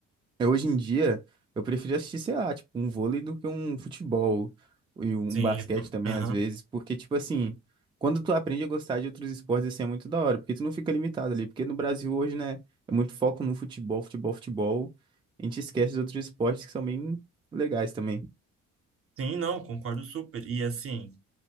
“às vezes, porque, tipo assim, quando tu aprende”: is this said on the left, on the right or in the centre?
Right